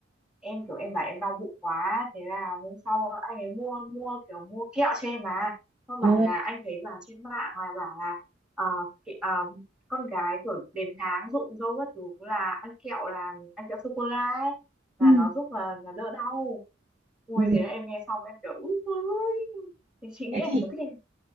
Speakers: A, in the centre; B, on the right.
A: em kiểu em bảo em đau bụng quá thế là hôm sau anh ấy mua mua kiểu mua kẹo cho em mà xong
B: ồ,
A: bảo là anh thấy vào trên mạng là bảo là ờ, kẹ- ờ, con gái kiểu đến tháng rụng râu các thứ là ăn kẹo là ăn kẹo sô cô la ấy là
B: ừ.
A: nó giúp là, là đỡ đau ui
B: ừ.
A: thế là em nghe xong em kiểu ui trời ơi chị nghĩ
B: thế
A: anh
B: thì
A: có thích em